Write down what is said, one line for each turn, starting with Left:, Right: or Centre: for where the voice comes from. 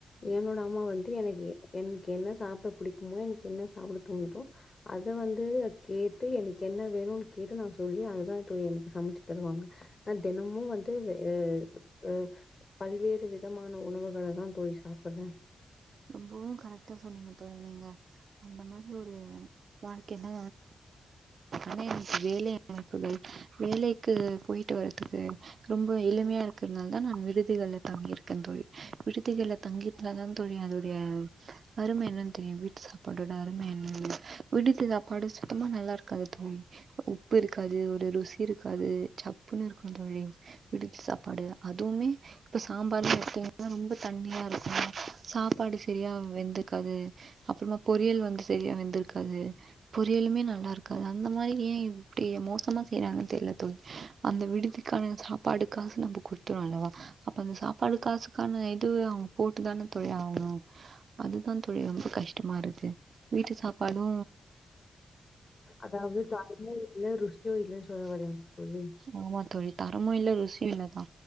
Left: என்னோட அம்மா வந்து எனக்கி என்கு என்ன சாப்ட புடிக்குமோ எனக்கு என்ன சாப்ட தோணுதோ அது வந்து கேட்டு எனக என்ன வேணுன் கேட்டு நா சொல்லி அதுதா இப்போ எனக் சமைச்சு தருவாங்க அ தெனமு வந்து வெ வ பல்வேறு விதமான உணவுகள தா தோழி சாப்பற்றே
Right: ரொம்புவு கரெக்டா சொன்னீங்க தோழி நீங்க அந்த மாரி ஒரு வாழ்க்கையினா <inaudible> வேலை அமைப்புகள் வேலைக்கு போயிட்டு வறதுக்கு ரொம்போ எளிமையா இருக்கற்னால்தா நா விடுதிகள்ல தங்கியிருக்கே தோழி விடுதுகள்ல தங்கியிர்ந்தான் தோழி அதுடைய அரும என்னன் தெரியு வீட்டு சாப்பாடோட அரும என்னனு விடுதி சாப்பாடு சுத்தமா நல்லா இருக்காது தோழி உப்பு இருக்காது ஒரு ருசி இருக்காது சப்புனு இருக்கு தோழி விடுதி சாப்பாடு அதுவுமே இப்ப சாம்பார்ல எடுத்திங்னா ரொம்பே தண்ணியா இருக்கு சாப்பாடு செரியா வெந்துர்க்காது அப்றமா பொரியல் வந்து செரியா வெந்துர்க்காது பொரியலுமே நல்லா இருக்காது அந்த மாரி ஏ இப்டி எமோசமா செய்றாங்கன் தெர்ல தோழி அந்த விடுதிக்கான சாப்பாடுக்காசு நம்ப குடுத்துருவோ அல்லவா அப்ப அந்த சாப்பாடு காசுக்கான இது அவுங் போட்டுதான தோழி ஆவணு அதுதா தோழி ரொம்ப கஷ்டமா இருக்கு வீட்டு சாப்பாடு
Left: அதாவது தரமோ இல்ல ருசியோ இல்ல சொல்ல வரங்க தோழி
Right: ஆமா தோழி தரமு இல்ல ருசியு இல்லதா